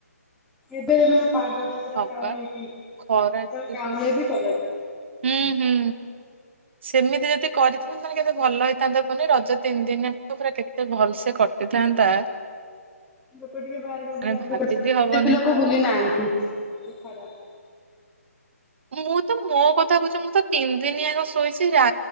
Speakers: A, in the centre; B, on the right.
A: ଏବେ ପାଗଟା ପୁରା
B: ହଁ
A: କାଉଲେଇଛି
B: ପା
A: ସେତେ
B: ଖରା ଏତେ
A: ବେଳେ କାଉଲିଆ
B: ଜୋରେ
A: ବି କଲାନି
B: ହୁଁ ହୁଁ ସେମିତି ଯଦି କରିିଥାନ୍ତି ତାହେଲେ କେତେ ଭଲ ହେଇଥାନ୍ତା ପନି ରଜ ତିନି ଦିନି ପୁରା କେତେ ଏତେ ଭଲସେ କଟିଥାନ୍ତା
A: ଲୋକ ଟିକେ ବାହାରିକ
B: ମାନେ
A: ବୁଲାବୁଲି
B: ଭାବି
A: କରିୁଛନ୍ତି
B: ବିି ହବନି
A: ସେତେ ବି ଲୋକ ବୁଲି ନାହାନ୍ତି ସେ ଖଡା ପାଇ
B: ମୁଁ ତ ମୋ କଥା କହୁଛି ମୁଁ ତ ତିନି ଦିନି ଆଗ ଶୋଇଛି ଯା